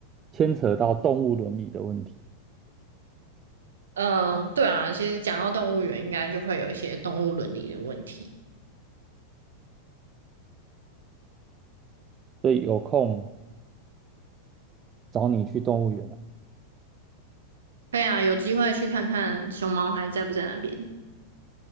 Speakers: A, on the right; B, on the right.
A: 牵扯到动物伦理的问题，
B: 嗯，对啊，其实讲到动物园，应该就会有一些动物伦理的问题。
A: 所以有空找你去动物园啊。
B: 对啊，有机会去看看熊猫还在不在那边。